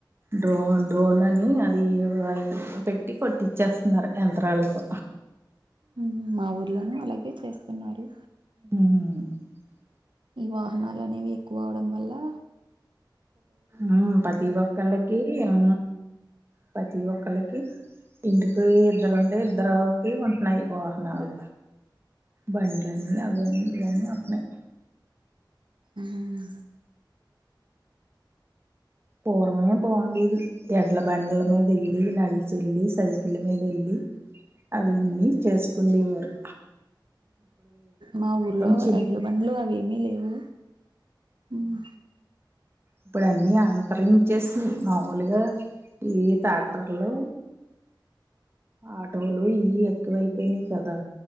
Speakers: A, on the right (about 30°); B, on the right (about 80°).
A: డ్రో డ్రోన్ అనీ అదీవి పెట్టి కొట్టించేస్తున్నార్ యంత్రాలతో
B: మ్ మా ఊర్లోనూ అలాగే చేస్తున్నారు
A: మ్
B: ఈ వాహనాల్ అనేవి ఎక్కువ అవడం వల్లా
A: మ్ పతి ఒక్కళ్లకీ ఆ ప్రతి ఒకల్లకి ఇంటికి ఒ ఇద్దరు ఉంటే ఇద్దరుకి ఉ నయ్ వాహనాల్ బండ్లన్ని అవన్ని ఇవన్ని ఉన్నాయి
B: మ్
A: పూర్వమే బాగుండేది ఎడ్ల బండుల మీద వెల్లి నడిచెల్లి సై ల మీద ఎళ్ళి అవన్నీ చేసుకునె వారు
B: మా ఊర్లో
A: చి
B: ఎడ్ల బండ్లు అవేమీ లేవు ఉమ్,
A: ఇప్పుడ్ అన్నీ అంతరించేసిని మామూలుగా ఈ ట్రాక్టర్లు ఆటోలు ఇయీ ఎక్కువైపోయినయ్ కదా